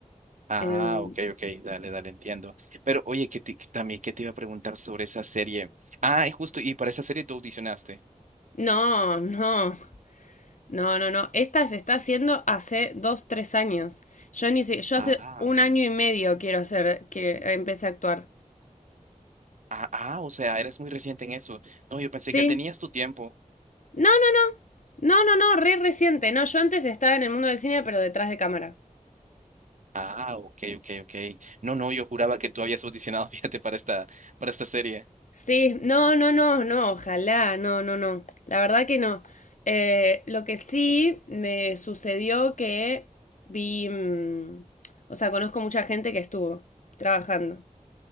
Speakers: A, on the right (about 70°); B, on the left (about 70°).
A: Ah,
B: Em,
A: ok, ok, dale, dale, entiendo. Pero oye, que te- que también que te iba a preguntar sobre esa serie. Ah, y justo, y para esa serie tú audicionaste.
B: no, no, no, no, no. Esta se está haciendo hace dos, tres años. Yo ni si- yo
A: Ah,
B: hace un año y medio quiero hacer, que empecé a actuar.
A: ah, ah, o sea, eres muy reciente en eso. No, yo pensé
B: Sí.
A: que tenías tu tiempo.
B: No, No, no, no, re reciente. No, yo antes estaba en el mundo del cine, pero detrás de cámara.
A: Ah, ok, ok, ok. No, no, yo juraba que tú habías audicionado, <laughs> fíjate, para esta, para esta serie.
B: Sí, no, no, no, no, ojalá, no, no, no. La verdad que no. Eh, lo que sí me sucedió que vi, mm, o sea, conozco mucha gente que estuvo trabajando.